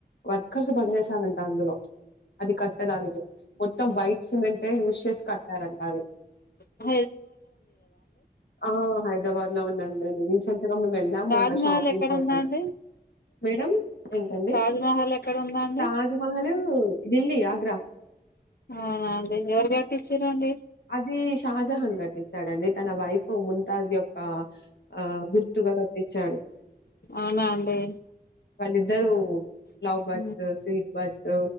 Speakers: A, on the left; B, on the left.
A: వర్కర్స్ పని చేసాన అందులో అది కట్టడానికి మొత్తం వైట్ సిమెంంటే యూజ్ చేసి కట్టారంంట అది
B: అ
A: ఆ హైదరాబాద్ లో ఉందంండి రీసెంట్గా మేము వెళ్ళాముందు
B: తాజ్మహల్
A: షాపింగ్
B: ఎక్కడ
A: కోసం
B: ఉందండి
A: మేడం ఏంటండి
B: తాజ్మహల్ ఎక్కడ ఉందండి
A: తాజ్మహల్ ఢిల్లీ ఆగ్రా
B: అవునా అండి ఎవరు గ టీచ్చర అండి
A: అది షాజహాన్ కట్టించాడంండి తన వైఫ్ ముంతాజ్ యొక్క ఆ గుర్తుగా కట్టించాడు
B: అవునా అండి
A: వాళ్ళిద్దరుూ ఫ్లవ్ బర్డ్స్
B: ఉ
A: స్వీట్ బర్డ్స్